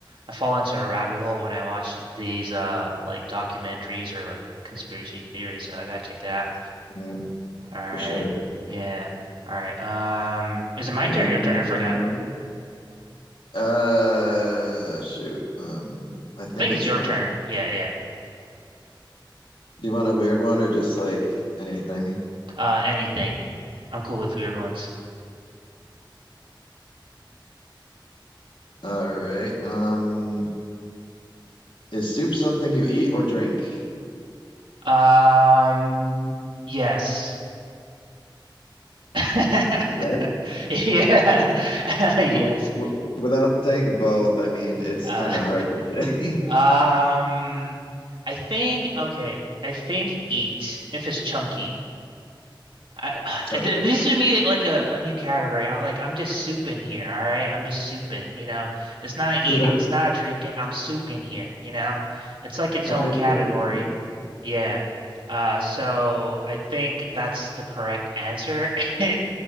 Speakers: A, on the right; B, on the left.
A: I fall into a rabbit hole when I watch these uh like documentaries or like conspiracy theories. So I gotta check that out.
B: Mm,
A: All right.
B: for sure. Do
A: Yeah. All right. Um, is it my
B: we
A: turn
B: have
A: or your
B: time
A: turn? I forgot.
B: for any more? Uh, shoot. Um, I think
A: I think
B: it's
A: it's your
B: mine.
A: turn.
B: Do
A: Yeah, yeah.
B: you want a weird one or just like anything?
A: Uh, anything. I'm cool with weird ones.
B: All right. Um, is soup something you eat or drink?
A: Um, yes. <laughs>
B: Yeah.
A: Yeah. <laughs> Yes.
B: w- w- without saying both, I mean, it's
A: Uh,
B: kind of hard
A: <laughs>
B: to say.
A: Um, I think okay. I think eat if it's chunky. I <sighs>
B: <laughs> oh,
A: there
B: yeah.
A: needs to be like a, a new category. I, like I'm just souping here. All right, I'm just souping. You know, it's not eating.
B: Yeah,
A: It's not drinking. I'm souping here. You know, it's like its
B: that
A: own
B: makes
A: category.
B: perfect sense.
A: Yeah. Uh, so I think that's the correct answer. <laughs>